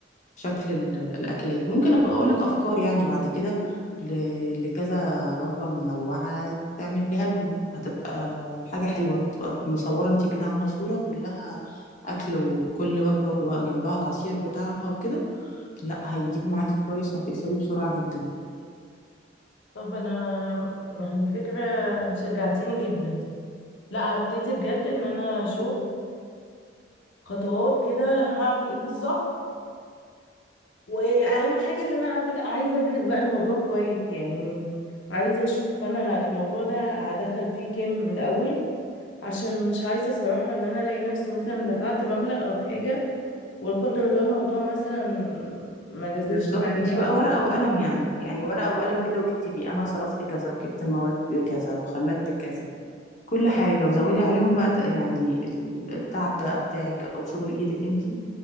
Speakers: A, on the left; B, on the left.
A: شكل ال- الأكلات ممكن أبقى أقولك أفكار يعني بعد كده ل- لكذا وجبة منوعة تعمليها لهم هتبقى حاجة حلوة تبقى مصورة انتي كده عاملة صورة كلها أكل وكل وجبة وجنبها العصير بتاعها وكده لا هيجيب معاكي كويس وهتكسبي بسرعة جدا
B: طب انا يعني فكرة شجعتيني جدا لا هبتدي بجد ان انا اشوف مم. خطوات كده هعمل ايه بالظبط واهم حاجة ان انا عاد- عايزة ادرس بقى الموضوع كويس يعني عايزة اشوف انا الموضوع ده هدخل فيه كام من الاول عشان مش عايزة صراحة ان انا الاقي نفسي مثلا دفعت مبلغ او حاجة ولا قدر الله الموضوع مثلا ما جازفش
A: بالظبط
B: معايا
A: انتي بقى
B: او حاجة
A: ورقة وقلم يعني يعني ورقة وقلم كده واكتبي أنا صرفت كذا وجبت مواد بكذا وخامات بكذا كل حاجة وزودي عليهم بقى ت- يعني ال- التعب بقى بتاعك أو شغل إيدك انتي